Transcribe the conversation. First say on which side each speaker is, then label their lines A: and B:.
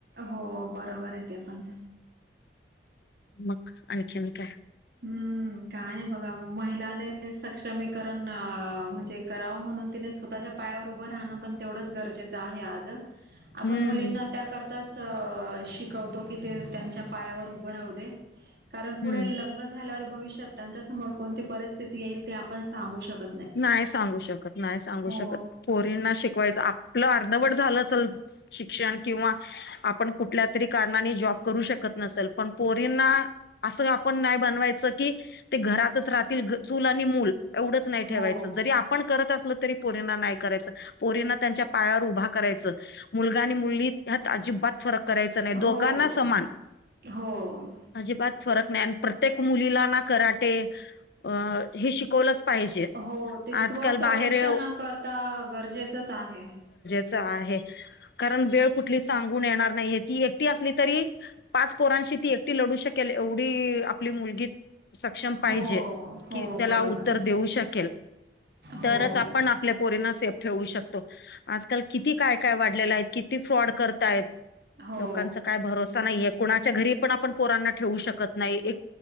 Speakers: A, on the right; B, on the left.
A: हो बरोबर आहे ते पण.
B: मग आणखीन काय?
A: हम्म. काय नाही बघा महिलाने सक्षमीकरण म्हणजे करावं म्हणून ति स्वतःच्या पायावर उभं राहणं पण तेवढंच गरजेचं आहे आज आपण
B: हम्म
A: मुलींना त्याकरता च शिकवतो की ते त्यांच्या पायावर उभं राहूदे कारण पुढे
B: हम्म
A: लग्न झाल्यावर भविष्यात त्यांच्या समोर कोणती परिस्थिती येईल ते आपण सांगू शकत नाही.
B: नाही सांगू शकत नाही सांगू
A: हो,
B: शकत पोरींना शिकवायचं आपलं अर्धवट झालं असल शिक्षण किंवा आपण कुठल्या तरी कारणाने जॉब करू शकत नसेल पण पोरींना असं आपण नाही बनवायचं की ते घरातच राहतील चूल आणि मूल एवढंच ठेवायच
A: हो,
B: जरी आपण करत असल तरी पोरीना नाही करायचं पोरीना त्यांच्या पायावर उभा करायचं. मुलगा आणि मुलली ह्यात अजिबात फरक करायचा नाही दोघांना
A: हो,
B: समान.
A: हो.
B: अजिबात फरक नाही आणि प्रत्येक मुलीला ना कराटे अ हे शिकवलंच पाहिजे.
A: हो ते स्वसंरक्षणा
B: आजकाल बाहेर
A: करता गरजेचच आहे.
B: च आहे कारण वेळ कुठली सांगून येणार नाहीये ती एकटी असली तरी पाच पोरांशी ती एकटी लढू शकेल एवढी आपली मुलगी सक्षम पाहिजे
A: हो, हो
B: की त्याला
A: बरोबर
B: उत्तर
A: आहे.
B: देऊ शकेल.
A: हो.
B: तरच आपण आप आपल्या पोरीना सेफ ठेवू शकतो आजकाल किती काय काय वाढलेलं आहे किती फ्रॉड करताय.
A: हो
B: लोकांचा काय भरोसा नाहीये. कुणाच्या घरी पण आपण पोरांना ठेवू शकत नाही. एक